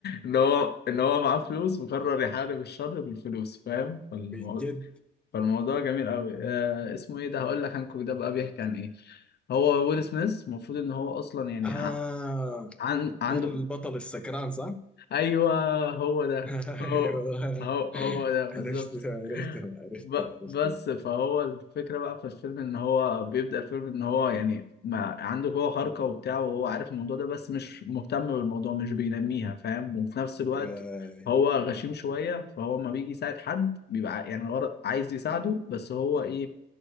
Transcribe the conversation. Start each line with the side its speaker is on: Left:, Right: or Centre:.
Left: إن هو إن هو معاه فلوس وقرر يحارب الشر بالفلوس فاهم فالموضوع
Centre: <laughs> بجد
Left: فالموضوع جميل أوي آه اسمه إيه ده هقول لك هانكوك ده بقى بيحكي عن إيه هو ويل سميث المفروض إن هو أصلا يعني
Centre: آه
Left: ع- عن عنده
Centre: ده البطل السكران صح؟
Left: أيوه هو ده
Centre: <laughs>
Left: هو
Centre: ايوه
Left: هو هو ده بالظبط
Centre: عرفته عرفته عرفته
Left: ب...
Centre: عرفته
Left: بس فهو الفكرة بقى في الفيلم إن هو بيبدأ الفيلم إن هو يعني ما عنده قوة خارقة وبتاع وهو عارف الموضوع ده بس مش مهتم بالموضوع مش بينميها فاهم وفي نفس الوقت
Centre: آه.
Left: هو غشيم شوية فهو ما بيجي يساعد حد بيبقى ع- يعني غر... عايز يساعده بس هو إيه